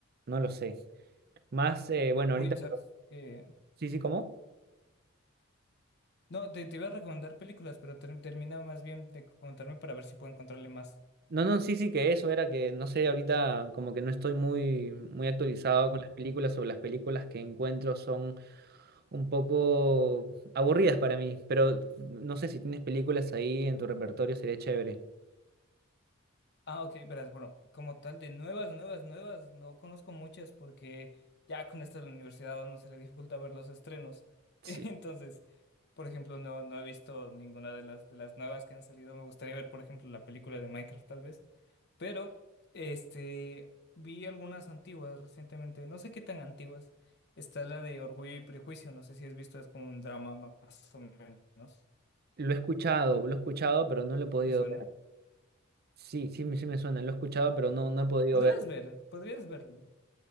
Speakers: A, on the right (about 50°); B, on the left (about 55°).
A: No lo sé. Más, eh, bueno, ahorita...
B: Uy, ¿sabes qué?
A: Sí, sí, ¿cómo?
B: No, te, te iba a recomendar películas, pero ter- termina más bien de contarme para ver si puedo encontrarle más.
A: No, no, sí, sí, que eso era que, no sé, ahorita como que no estoy muy, muy actualizado con las películas o las películas que encuentro son un poco aburridas para mí, pero no sé si tienes películas ahí en tu repertorio, sería chévere.
B: Ah, ok, verás, bueno, como tal, de nuevas, nuevas, nuevas, no conozco muchas porque ya con esto de la universidad a uno se le dificulta ver los estrenos. <laughs>
A: Sí,
B: Entonces, por ejemplo, no, no he visto ninguna de las, de las nuevas que han salido. Me gustaría ver, por ejemplo, la película de Minecraft, tal vez. Pero, este, vi algunas antiguas recientemente, no sé qué tan antiguas. Está la de Orgullo y Prejuicio, no sé si has visto, es como un drama más o menos.
A: lo he escuchado, lo he escuchado, pero no lo he podido
B: ¿Te suena?
A: ver. Sí, sí, me- sí me suena, lo he escuchado, pero no, no he podido
B: Podrías
A: ver.
B: ver, podrías verlo.